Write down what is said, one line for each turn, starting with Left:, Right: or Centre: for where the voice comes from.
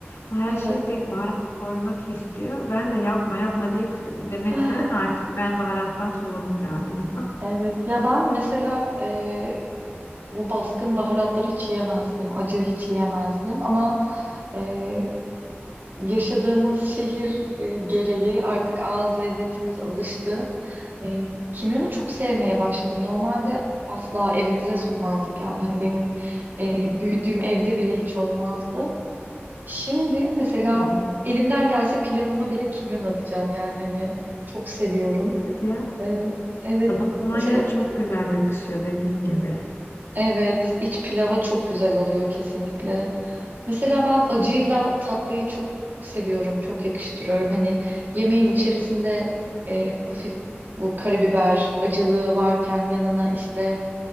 Left: O her
Right: Evet.
Left: şeyde baharat koymak istiyor. Ben de yapma yapma değil demekten
Right: <laughs>
Left: artık ben baharattan soğudum galiba. <laughs>
Right: Evet ya ben mesela e, bu baskın baharatları hiç yiyemezdim. Acı hiç yiyemezdim ama e, yaşadığımız şehir e, gereği artık ağız lezzetimiz alıştı. E, kimyonu çok sevmeye başladım. Normalde asla evimize sokmazdık yani hani benim e, büyüdüğüm evde bile hiç olmazdı. Şimdi mesela
Left: Hı hı.
Right: elimden gelse pilavıma bile kimyon atacağım yani hani çok seviyorum.
Left: Hadi ya.
Right: E, evet.
Left: Dolmaya
Right: Mesela
Left: çok güzel yakışıyor dediğin gibi.
Right: Evet, iç pilava çok güzel oluyor kesinlikle. Mesela ben acıyla tatlıyı çok seviyorum, çok yakıştırıyorum. Hani yemeğin içerisinde e, hafif bu karabiber acılığı varken yanına işte